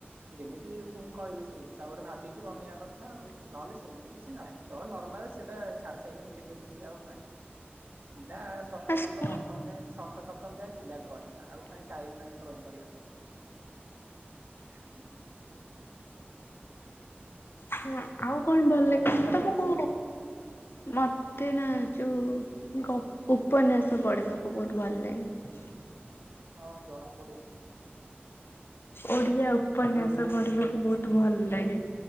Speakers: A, on the right; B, on the left.
A: ଯେମିତି ଫୁଁ କହିବେ ସେଇ ହିସାବରେ ଭାବିକି ବନେଇବା କଥା ଆଉ। ନହେଲେ ସେମିତି କିଛି ନାହିଁ। ନହେ ନର୍ମାଲି ସେଟା ଛାଡି ସାଇଲିଣି କେବେଠୁ ସିଏ ଆଉ ନାହିଁ। ଥିଲା ଷଷ୍ଠ ସପ୍ତମ
B: ସ୍କୁଲ
A: ଅଷ୍ଟମ ଯାଏଁ ଷଷ୍ଠ ସପ୍ତମ ଯାଏଁ ଥିଲା। ଡ୍ରଇଂ ଆଉ କାଇଁ ଟାଇମ ନାହିଁ ଡ୍ରଇଂ କରିବାର।
B: ହଁ ଆଉ କଣ ଭଲ
A: ତମକୁ
B: ଲାଗେ
A: କଣ
B: ତମେ ତମୁକୁ
A: କରିବା ଭଲ ଲାଗେ?
B: ମତେ ନା ଯୋଉ ଗ ଉପନ୍ୟାସ ପଢ଼ିବାକୁ ବୋହୁତ ଭଲ ଲାଗେ‌।
A: ହଁ ଜଣା ପଡ଼ୁଛି।
B: ଓଡିଆ ଉପନ୍ୟାସ ପଢ଼ିବାକୁ ବୋହୁତ ଭଲ ଲାଗେ।